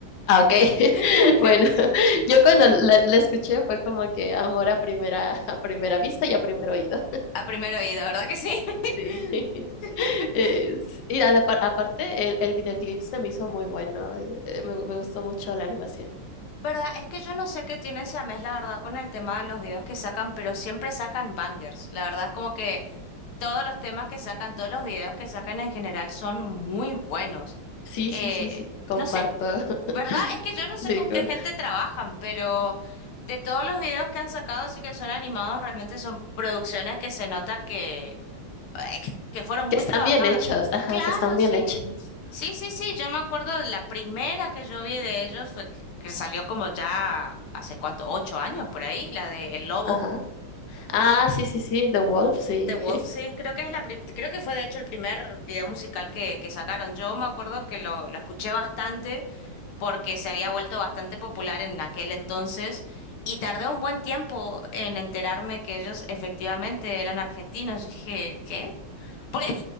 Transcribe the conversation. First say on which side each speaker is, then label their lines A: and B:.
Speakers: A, on the left; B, on the left.
A: Ah, ok. <laughs>
B: <laughs>
A: Bueno, <laughs> yo cuando la, la escuché fue como que amor a primera, a primera vista y a primer oído.
B: A primer oído, ¿verdad que sí?
A: Sí. <laughs>
B: <laughs>
A: Es- y ade- apar- aparte, el, el videoclip se me hizo muy bueno. eh, eh, Me, me gustó mucho la animación.
B: ¿Verdad? Es que yo no sé qué tiene Siamés, la verdad, con el tema de los videos que sacan, pero siempre sacan bangers. La verdad es como que todos los temas que sacan, todos los videos que sacan en general son muy buenos.
A: Sí,
B: Eh,
A: sí, sí, sí. Comparto.
B: no sé,
A: <laughs>
B: ¿verdad? Es que yo no sé
A: Sí,
B: con
A: co-
B: qué gente trabajan, pero de todos los videos que han sacado, sí que son animados, realmente son producciones que se nota que, <laughs> que fueron muy
A: que están
B: trabajadas.
A: bien hechos. Ajá,
B: Claro,
A: que están bien
B: sí.
A: hechos.
B: Sí, sí, sí, yo me acuerdo de la primera que yo vi de ellos fue que, que salió como ya hace cuánto, ocho años por ahí, la de El Lobo.
A: Ajá. Ah, sí, sí, sí. The Wolf, sí.
B: The Wolf, sí, creo que es la pri- creo que fue de hecho el primer video musical que, que sacaron. Yo me acuerdo que lo, lo escuché bastante porque se había vuelto bastante popular en aquel entonces y tardé un buen tiempo en enterarme que ellos efectivamente eran argentinos. Dije, ¿qué? <laughs> ¿Por qué?